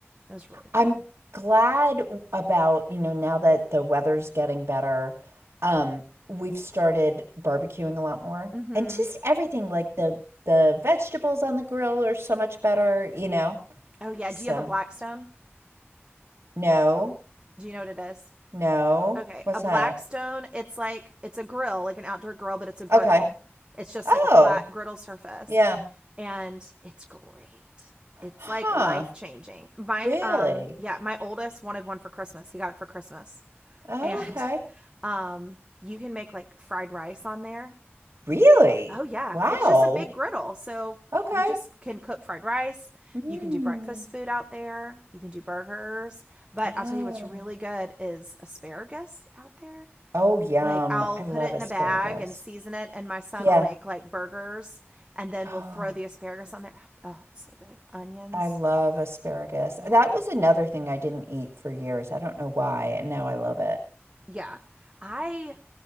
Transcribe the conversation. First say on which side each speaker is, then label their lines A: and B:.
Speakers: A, on the right; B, on the right.
A: It was really
B: I'm
A: good.
B: glad about, you know, now that the weather's getting better, um, we've started barbecuing a lot more.
A: Mhm.
B: And just everything, like the the vegetables on the grill are so much better, you know?
A: Oh yeah,
B: So,
A: do you have a Blackstone?
B: no,
A: Do you know what it is?
B: no.
A: Okay,
B: What's
A: a Blackstone.
B: that?
A: It's like it's a grill, like an outdoor grill, but it's a griddle.
B: Okay.
A: It's just
B: Oh,
A: like a flat griddle surface,
B: yeah.
A: and it's great. It's
B: Huh.
A: like life changing. My
B: Really?
A: um yeah, my oldest wanted one for Christmas. He got it for Christmas, <laughs>
B: Okay.
A: and um you can make like fried rice on there.
B: Really?
A: Oh yeah,
B: Wow.
A: it's just a big griddle, so
B: Okay.
A: you just can cook fried rice.
B: Mm.
A: You can do breakfast food out there. You can do burgers. But
B: Ah.
A: I'll tell you what's really good is asparagus out there.
B: Oh, yum.
A: Like I'll
B: I love
A: put it
B: asparagus.
A: in a bag and season it, and my son
B: Yeah.
A: will make like burgers, and then
B: Oh,
A: we'll throw the asparagus on there. Oh, it's so good. Onions.
B: I love asparagus.
A: Yeah.
B: That was another thing I didn't eat for years. I don't know why, and now I love it.
A: Yeah. I